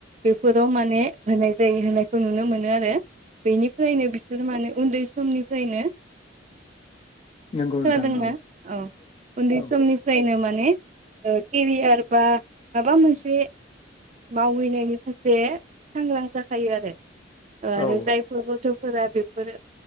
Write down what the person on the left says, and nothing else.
नंगौ
नोंथां औ
औ
औ